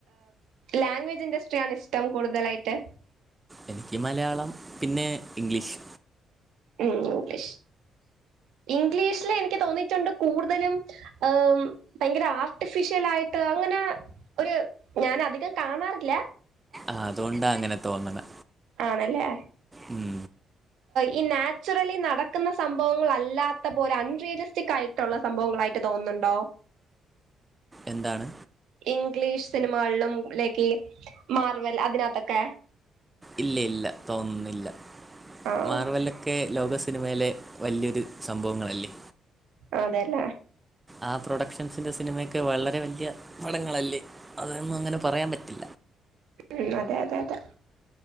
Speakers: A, on the right; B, on the right.
A: ലാംഗ്വേജ് ഇൻഡസ്ട്രിയ ആണ് ഇഷ്ടം കൂടുതലായിട്ട്
B: എനിക്ക് മലയാളം പിന്നെ ഇഗ്ലീഷ്.
A: ളം ഇംഗ്ലീഷ ഇംഗ്ലീഷില് എനിക്ക് തോന്നിയിട്ടുണ്ട് കൂടുതലും ഹ്ദ ഭയങ്കര ആർട്ടിഫിഷൽ ആയിട്ട് അങ്ങനെ ഒരു ഞാൻ അധികം കാണാറില്ല.
B: ആഹ് അതോണ്ടാ അങ്ങനെ തോന്ന്ണെ
A: ആണല്ലെ
B: ഉം
A: ഈ നാച്ചുറലി നടക്കുന്ന സംഭവങ്ങൾ അല്ലാത്ത പോലെ അൺറിയലിസ്റ്റിക് ആയിട്ട് ട്ടാള്ള സംഭവങ്ങളായിട്ട് തോന്നുന്നുണ്ടോ.
B: എന്താണ്
A: ഇംഗ്ലീഷ് സിനിമകളിലും ലൈക്‌ മാർവൽ അതിനകത്തൊക്കെ
B: ഇല്ല ഇല്ല തോന്നുന്നില്ല
A: ആഹ്
B: മാർവല്ല ക്കെ ലോക സിനിമയിലെ വല്യരു സംഭവങ്ങളല്ലേ.
A: അതല്ലേ
B: ആ പ്രൊഡക്ഷൻസിന്റെ സിനിമ ഒക്കെ വളരെ വലിയ പടങ്ങളല്ലേ അതൊന്നും അങ്ങനെ പറയാൻ പറ്റില്ല
A: ഉം അതെ അതെ അതെ